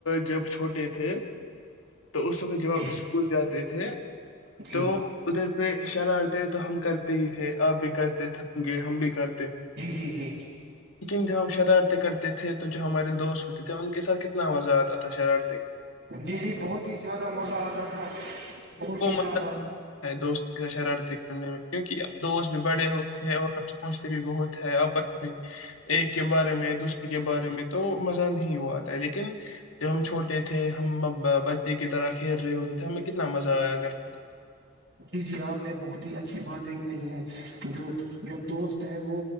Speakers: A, on the left; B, on the right.
A: جب چھوٹے تھے تو اس وقت جب آپ
B: جی
A: اسکول جاتے کہ
B: جی
A: تو ادھر پہ شرارتےے تو ہم کرتے ہی تھے آ بھی کرتے ہم بھی کر
B: جی جی جی
A: ج ہم شرارتیں کرتے تھے تو ہمارے دوست ہوتے تھے ان کے ساتھ کتنا مزہ آتا تھا شرار
B: جی جی بہت ہی زیادہ مزہ اتا تھا بہت
A: وہ
B: ہی
A: مز
B: زیادہ
A: ہے دوستوں سے شرارتیں کرنے میں کیونکہ اب دوست بھی بڑے ہوتےئے ہیں اور سوچتے بھی بہت ہے آپس میں ایک کے بارے میں دوسرے کے بارے میں تو مزہ نہیں ہو آتا لیکن جب ہم چھوٹے تھے ہم بچے کی طرح کھیل رہے ہوتے تھے ہمیں کتنا مزہ <inaudible>
B: جی شا اپ نے بہت ہی اچھی بات دیکھنی ہے جو جو دوست ہیں وہ